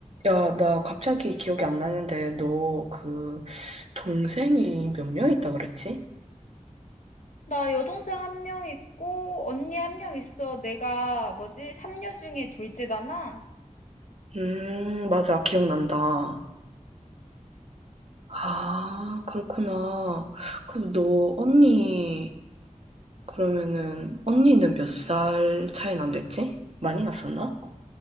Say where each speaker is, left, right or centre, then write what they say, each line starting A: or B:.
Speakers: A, on the right; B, on the left.
A: 야, 나 갑자기 기억이 안 나는데, 너 그 동생이 몇 명 있다 그랬지?
B: 나 여동생 한 명 있고, 언니 한 명 있어. 내가 뭐지? 삼녀 중에 둘째잖아?
A: 음, 맞아. 기억난다. 아, 그렇구나. 그럼 너 언니, 그러면은, 언니는 몇 살 차이 난댔지? 많이 났었나?